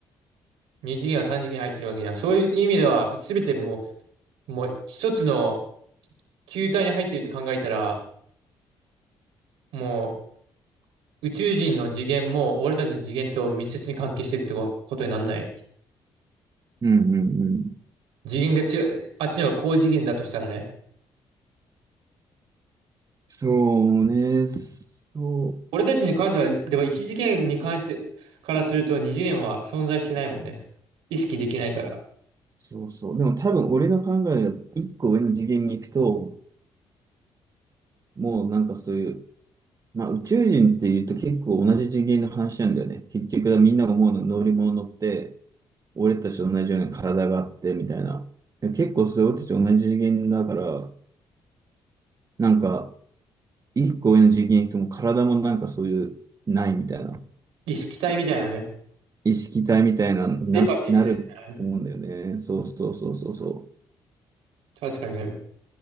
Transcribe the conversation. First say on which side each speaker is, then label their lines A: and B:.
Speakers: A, on the right; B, on the right.
A: 二次元は三次元に入ってるわけじゃん。そういう意味では、すべてもう、もう一つの球体に入ってるって考えたら、もう宇宙人の次元も俺たちの次元と密接に関係してるってこことになんない
B: うん、うん、うん。
A: 次元が違う、あっちの方が高次元だとしたらね。
B: そうね。そう。
A: 俺たちに関しては、でも一次元に関してからすると二次元は存在してないもんね。意識できないから。
B: そうそう。でも多分俺の考えが一個上の次元に行くと、もうなんかそういう、まあ宇宙人っていうと結構同じ次元の話なんだよね。結局はみんなが思うのは乗り物乗って、俺たちと同じような体があってみたいな。で結構それ俺たち同じ次元だから、なんか一個上の次元行くともう体もなんかそういう、ないみたいな。
A: 意識体みたいなね。
B: 意識体みたいな、な、
A: デパティしてるみたいなね。
B: なると思うんだよね。そうそうそうそうそう。
A: 確かにね。